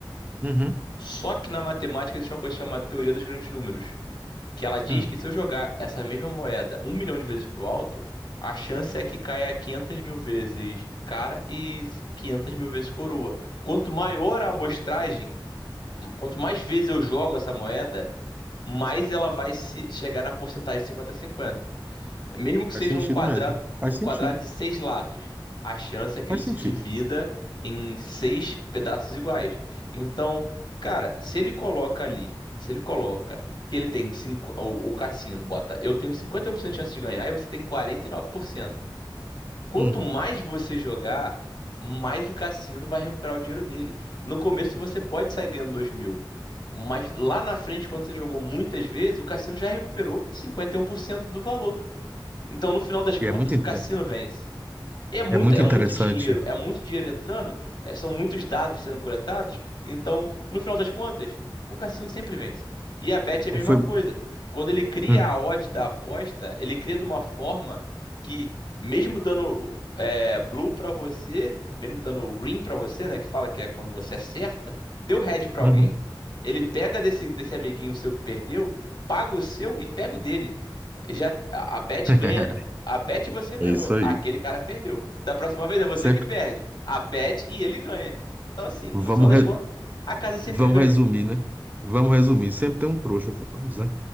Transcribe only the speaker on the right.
Uhum,
uhum.
Faz
sentido
mesmo. Faz
sentido.
Faz
sentido.
Hum.
E é muito,
in-
é é muito
interessante.
Foi.
hum,
uhum.
<laughs>
É isso aí.
Sempre
Vamos,
re-
vamos
resumir, né? Vamos resumir. Sempre tem um trouxa por trás, né?